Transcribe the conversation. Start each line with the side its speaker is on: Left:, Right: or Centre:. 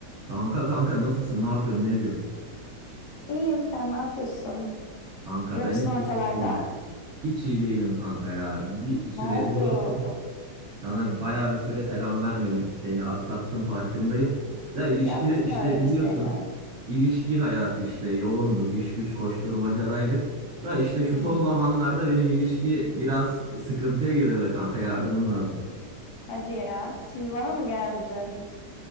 Right: Kanka kanka nasılsın? Ne yapıyorsun? Ne ediyorsun?
Left: İyiyim sen ne yapıyorsun?
Right: Kanka
Left: Yoksun
Right: ben hiç
Left: ortalarda.
Right: iyi değilim. Hiç iyi değilim kanka ya. Bir, bir süredir
Left: Ne oldu?
Right: yoktum. Sana bayağı bir süre selam vermedim. Seni aksattım farkındayım. Da ilişkide
Left: Yaptın
Right: işte
Left: öyle
Right: biliyorsun.
Left: bir şeyler.
Right: İlişki hayatı işte yoğunduk, iş güç koşturmacadaydık. Da işte şu
Left: Hmm,
Right: son zamanlarda benim ilişki biraz sıkıntıya girdi be kanka yardımın lazım.
Left: Hadi ya. Şimdi bana mı geldin?